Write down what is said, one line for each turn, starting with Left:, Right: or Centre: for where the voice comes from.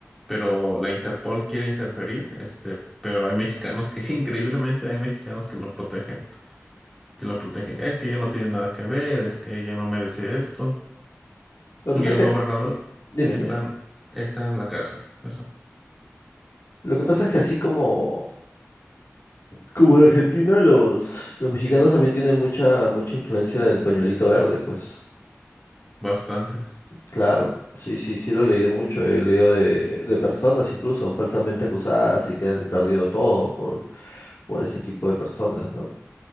Centre: pero la Interpol quiere interferir, este, pero hay mexicanos que, <laughs> increíblemente, hay mexicanos que lo protegen, que lo protegen. Es que ella no tiene nada que ver, es que ella no merece esto.
Left: Lo que
Centre: Y
Left: pasa
Centre: el
Left: es que,
Centre: gobernador
Left: dime,
Centre: están,
Left: dime.
Centre: está en la cárcel. Eso,
Left: Lo que pasa es que así como, como en Argentina, los, los mexicanos también tienen mucha, mucha influencia del pañuelito verde, pues.
Centre: bastante.
Left: Claro, sí, sí, sí lo he leído mucho, he leído de, de personas incluso falsamente acusadas y que han perdido todo por, por ese tipo de personas, ¿no?